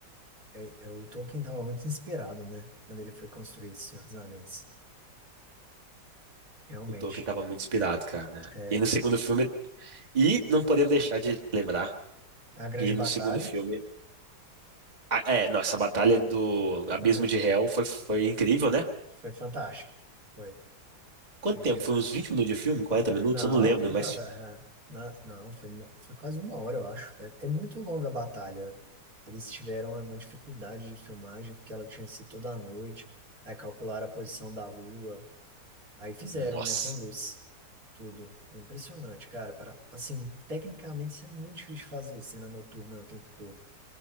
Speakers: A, on the right; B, on the right.
A: é, é, o Tolkien estava muito inspirado, né? Quando ele foi construir esse Senhor dos Anéis. Realmente.
B: O Tolkien tava muito inspirado, cara, né?
A: É,
B: E no segundo filme, e não podemos deixar de lembrar
A: a Grande
B: que
A: Batalha
B: no segundo filme, a- é, nossa, a batalha do Abismo
A: <laughs>
B: de Hel foi, foi incrível, né?
A: foi fantástica. Foi,
B: Quanto
A: foi
B: tempo?
A: incrível.
B: Foi uns 20 minutos de filme? quarenta minutos?
A: Não,
B: Eu não lembro, mas,
A: <laughs> na- não, foi, uma- foi quase uma hora, eu acho. É, é muito longa a batalha. Eles tiveram uma dificuldade de filmagem, porque ela tinha sido toda à noite. Aí calcularam a posição da lua. Aí fizeram,
B: nossa.
A: né, com luz, tudo. É impressionante, cara. Para, assim, tecnicamente isso é muito difícil de fazer, cena noturna o tempo todo.